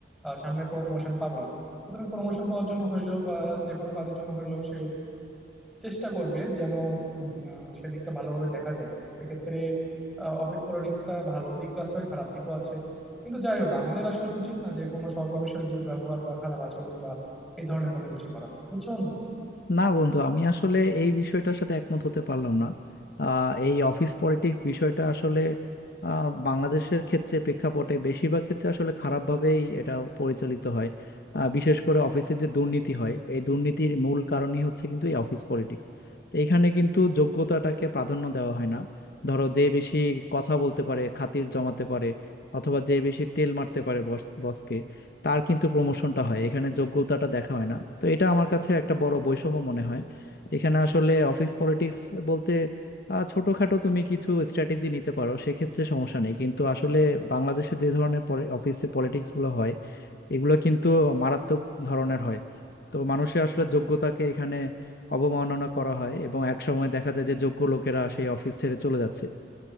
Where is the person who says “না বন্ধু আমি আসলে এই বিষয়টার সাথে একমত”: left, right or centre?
Left